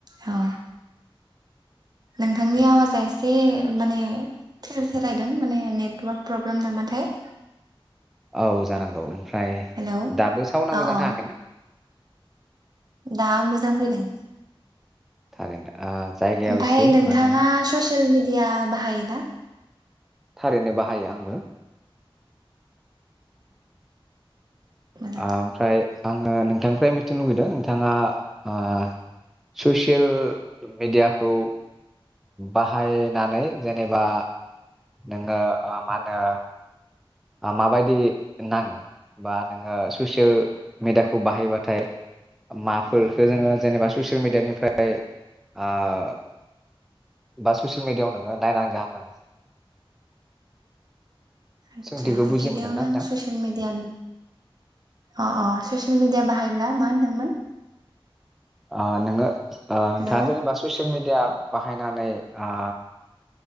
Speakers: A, on the right; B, in the centre.
A: औ नोंथांनि आवाजआ एसे माने थेर थेरायदों माने नेटवार्क प्रब्लेम नामाथाय
B: औ जानांगौ न फ्राय
A: हेलौ
B: दाबो सावना
A: औ
B: मोजां
A: औ
B: थाङाखैना?
A: दा मोजां फैदों।
B: थारैनो। जायगायाव
A: ओमफाय
B: एसे
A: नोंथाङा
B: मा होनो
A: ससियेल मिडि इया बाहायोना?
B: थारैनो बाहायो आंबो।
A: औ मोजां
B: ओ ओमफ्राय आङो नोंथांनिफ्राय मिथिनो लुुबैदों नोंथाङा ओ सुसेल मेडियाखौ बाहायनानै जेनेबा नोङो ओ मा होनो ओ माबायदि नाङो बा नोङो सुसेल मिडाखौ बाहायबाथाय माफोरखो जोङो जेनेबा ससियेल मिडियानिफ्राय आब बा ससियेल मिडाव नोङो नायनानै गाहाम नाङो?
A: आतसा
B: सोंथिखौ बुजि
A: गिबियावनो
B: मोनदोंना नोंथां
A: आं ससियेल मिडियानि अ अ ससियेल मिडिया बाहायब्ला मा होनदोंमोन?
B: अ नोङो ओ नोंथाङा
A: हेलौ
B: जेनेबा ससियेल मेड या बाहायनानै आ